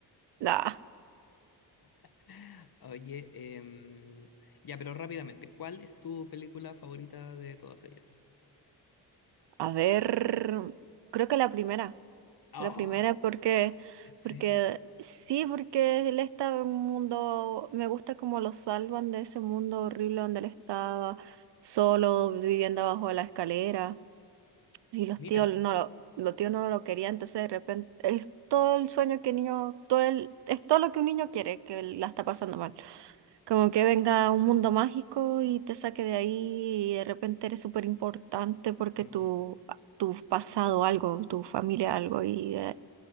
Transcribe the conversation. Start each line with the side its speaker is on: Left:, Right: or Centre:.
Right: No.
Left: <laughs> Oye, em, ya, pero rápidamente, ¿cuál es tu película favorita de todas ellas?
Right: A ver, creo que la primera,
Left: Oh,
Right: la primera porque,
Left: ¿en serio?
Right: porque sí, porque él estaba en un mundo, me gusta como lo salvan de ese mundo horrible donde él estaba solo viviendo abajo de la escalera y los
Left: Mira.
Right: tíos no lo, los tíos no lo querían, entonces de repente es todo el sueño que el niño, todo el, es todo lo que un niño quiere, que la está pasando mal. Como que venga un mundo mágico y te saque de ahí y de repente eres súper importante porque
Left: Ujú.
Right: tu, pa- tu pasado algo, tu familia algo y eh,